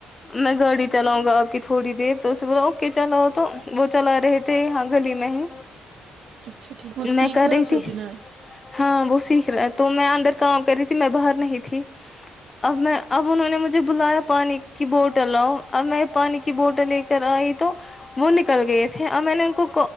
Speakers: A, on the left (about 25°); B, on the right (about 65°).
A: میں گاڑی چلاؤں گا آپ کی تھوڑی دیر تو اس سے بولا اوکے چلاؤ تو وہ چلا رہے تھے تھے ہاں گلی میں ہی
B: اچھا ٹھیک وہ
A: میں
B: سیکھ
A: کر
B: رہا
A: رہی
B: تھا
A: تھی
B: جنید
A: ہاں وہ سیکھ رہا تو میں اندر کام کر رہی تھی میں باہر نہیں تھی اب میں اب انہوں نے مجھے بلایا پانی کی بوٹل اب میں پانی کی کی بوٹل لے کر آئی تو وہ نکل گئے تھے اور میں نے ان کو